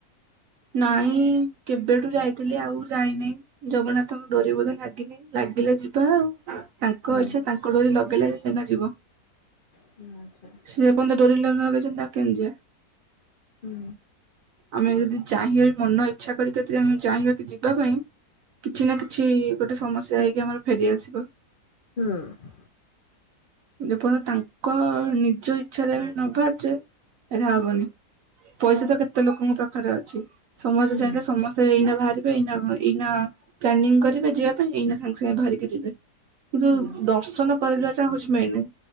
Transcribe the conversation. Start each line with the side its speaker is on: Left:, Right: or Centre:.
Right: ନାଇଁ କେବେଠୁ ଯାଇଥିଲି ଆଉ ଯାଇନି। ଜଗନ୍ନାଥଙ୍କ ଡୋରି ବୋଧେ ଲାଗିନି ଲାଗିଲେ ଯିବା ଆଉ। ତାଙ୍କ
Left: ହୁଁ
Right: ଇଚ୍ଛା ତାଙ୍କ ଡୋରି ଲଗେଇଲେ ଏକା ଯିବ।
Left: ହୁଁ ହୁଁ।
Right: ସିଏ ଯେ ପର୍ଯ୍ୟନ୍ତ ଡୋରି ନ ଲଗେଇଚନ୍ତି ଆଉ କେମତି ଯିବା।
Left: ହୁଁ।
Right: ଆମେ ଯଦି ଚାହିଁବା ମନ ଇଛା କରି କରି ଯେ ଆମ ଚାହିଁବା ବି ଯିବା ପାଇଁ କିଛି ନା କିଛି ଗୋଟେ ସମସ୍ୟା ହେଇକି ଆମର ଫେରିଆସିବ।
Left: ହୁଁ।
Right: ଯେପର୍ଯ୍ୟନ୍ତ ତାଙ୍କ ନିଜ ଇଛାରେ ନ ବାହାରଚେ ଏଟା ହବନି। ପଇସା ତ କେତେ ଲୋକଙ୍କ ପାଖରେ ଅଛି ସମସ୍ତେ
Left: ହୁଁ
Right: ଚାହିଁଲେ ସମସ୍ତେ ଏଇନା ଭାରି ଏଇନା ଆମର ପ୍ଲାନିଂ କରିବେ ଯିବାପାଇଁ ଏଇନା ସାଙ୍ଗେ ସାଙ୍ଗେ ବାହାରିକି ଯିବେ ଯୋଉ
Left: ହୁଁ
Right: ଦର୍ଶନ କରିବାଟା ଆମର ହୋଉଚି ମେନ